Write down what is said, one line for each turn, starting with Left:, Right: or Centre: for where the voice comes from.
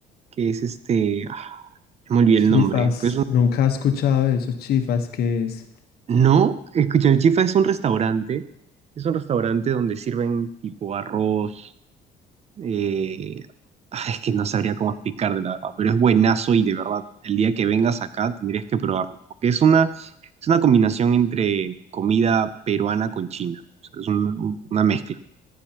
Right: que es este... ah, me olvidé
Left: Chifas,
Right: el nombre, pero es
Left: nunca he escuchado de esos chifas, ¿qué es?
Right: No, escucha, el Chifa es un restaurante, es un restaurante donde sirven tipo arroz, eh, ay, es que no sabría cómo explicar de la verdad, pero es buenazo y de verdad, el día que vengas acá tendrías que probarlo, porque es una, es una combinación entre comida peruana con china, o sea, es un- un- una mezcla,